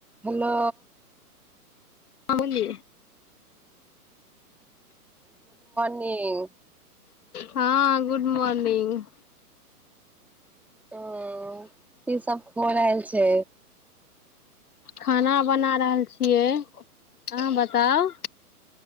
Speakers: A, in the centre; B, on the left (about 70°).
A: हेलो
B: आ मुली
A: ह
B: हँ गुड मॉर्निंग
A: ह की सब हो रहल छै
B: खाना बना रहल छियै अहाँ बताउ